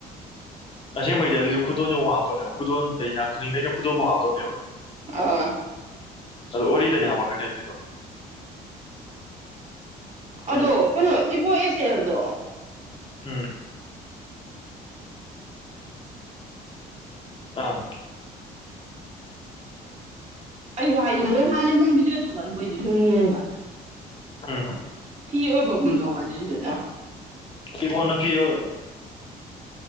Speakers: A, on the left (about 30°); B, on the right (about 40°).
A: ꯑꯁꯦ ꯃꯩ ꯑꯗꯨꯁꯨꯦ ꯈꯨꯗꯣꯟ ꯆꯧꯕ ꯍꯥꯞꯇꯣꯛꯅꯦꯕ ꯈꯨꯗꯣꯟꯗꯩꯅ ꯈꯨꯅꯤꯡꯗꯩꯅ ꯈꯨꯗꯣꯟꯝꯕꯨꯥꯎ ꯍꯥꯞꯇꯣꯛꯅꯦꯕ
B: ꯑꯥ
A: ꯑꯣ ꯋꯥꯔꯤꯗꯗꯤ ꯍꯥꯄꯛꯀꯅꯤ ꯑꯗꯨꯏꯗꯣ
B: ꯑꯗꯣ
A: ꯂꯩ-
B: ꯀꯩꯅꯣ ꯏꯕꯣ ꯑꯦꯁ ꯑꯦꯜꯗꯣ
A: ꯎꯝ ꯑꯥ
B: ꯑꯩꯁꯨ ꯍꯥꯏꯁꯦ ꯃꯣꯏ ꯍꯥꯟꯅ ꯁꯨꯝ ꯕꯤꯗꯤꯑꯣ ꯊꯥꯒꯠꯂꯝꯕꯣꯏ ꯑꯗꯨꯗꯤ ꯁꯨꯝ ꯌꯦꯡꯕ
A: ꯎꯝ
B: ꯐꯤ ꯑꯣꯏꯕꯒꯨꯝ ꯇꯧꯕ ꯑꯗꯨꯏꯗꯨꯅ
A: ꯁꯤꯤꯕꯣ ꯅ ꯌꯅꯦ